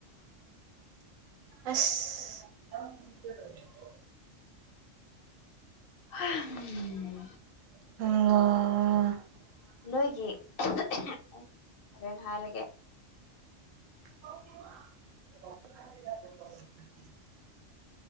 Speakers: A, on the right (about 85°); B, on the left (about 60°).
A: ꯑꯁ ꯑꯥꯎꯔꯦ
B: ꯍ ꯎꯝ
A: ꯑꯣ
B: ꯅꯣꯏꯒꯤ ꯑꯩ ꯍꯣꯔꯦꯟ ꯍꯥꯏꯔꯒꯦ
A: <unintelligible>